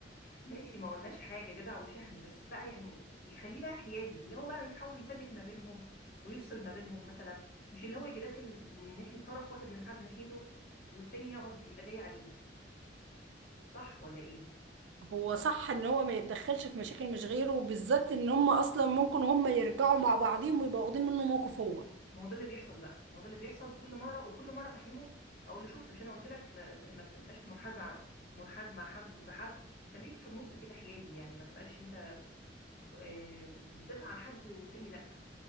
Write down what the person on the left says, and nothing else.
ماشي ما قلناش حاجة جدع وشهم بس بقى يعني يخليه بقى حيادي اللي هو بقى يحاول يسلك ما بينهم ويفصل ما بينهم مثلا مش اللي هو يجي داخل ناحية طرف واحد منحاز ناحيته والتاني يقعد يبقى جاي عليه صح ولا ايه
ما هو ده اللي بيحصل بقى ما هو ده اللي بيحصل كل مرة وكل مرة افهمه اقول له شفت مش انا قلت لك ما, ما ت- ما تبقاش منحاز ع- منحاز مع حد ضد حد خليك في النص كده حيادي يعني ما تبقاش انت آه، بتدافع عن حد والتاني لا